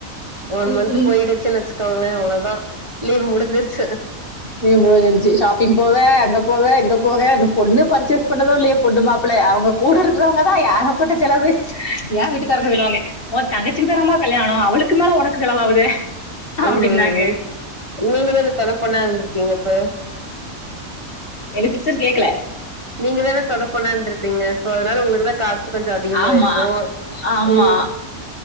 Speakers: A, on the right; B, on the left.
A: ஒன்
B: ம்,
A: மந்த்த்
B: ம்.
A: போயிடுச்சுன்னு வச்சுக்கோங்கள அவ்ள தா லீவ் முடிஞ்சிச்சு
B: லீவ் முடிஞ்சிச்சி ஷாப்பிங் போவ அங்க போவ இங்க போவ இந்த பொண்ணு பர்ச்சஸ் பண்ணுதோ இல்லயோ பொண்ணு மாப்பிள்ளை அவங்க கூட இருக்கறவங்க தா ஏகப்பட்ட செலவு ஏய வீட்டுக்கார சொல்லுவாங்க ஓ தங்கச்சிக்கு தானமா கல்யாணம் அவளுக்கு மேல ஒனக்கு செலவாகுதே
A: ம்
B: அப்படின்னாங்க
A: ம் ம் நீங்க தான தொன பொண்ணா இருந்திருப்பிங்க அப்ப
B: என்ன சிஸ்டர் கேக்கல
A: நீங்க தான தொன பொண்னா இருந்துருப்பீங்க சோ அதனால உங்களுக்குதா காச <unintelligible> கொஞ்சோ அதிகமா
B: ஆமா
A: இருக்கு
B: ஆமா
A: உ